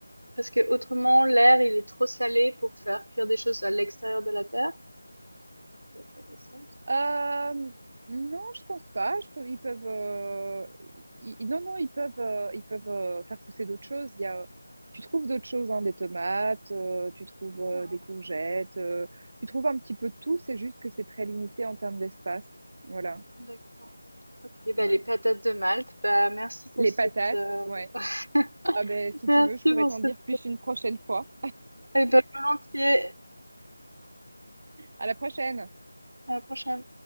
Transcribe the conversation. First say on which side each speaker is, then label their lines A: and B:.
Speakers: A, on the right (about 80°); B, on the right (about 40°).
A: parce que autrement l'air il est trop salé pour faire cuire des choses à l'extérieur de la terre? Ça fait faire du sens.
B: Euh, non, je pense pas. Je peux- ils peuvent, euh, ils- ils- non, non, ils peuvent, euh, ils peuvent euh, faire pousser d'autres choses. Il y a, tu trouves d'autres choses, hein, des tomates, euh, tu trouves euh,
A: Ah
B: des
A: ouais,
B: courgettes, euh, tu trouves un petit peu de tout. C'est juste que c'est très limité en termes d'espace. Voilà.
A: d'accord. Ok, bah
B: Ouais.
A: les patates de Malte, bah merci pour
B: Les
A: cette
B: patates,
A: euh,
B: ouais.
A: <laughs>
B: Ah ben, si
A: merci
B: tu veux, je pourrais
A: pour
B: t'en
A: cette
B: dire plus une prochaine fois.
A: Et ben volontiers.
B: À la prochaine.
A: À la prochaine.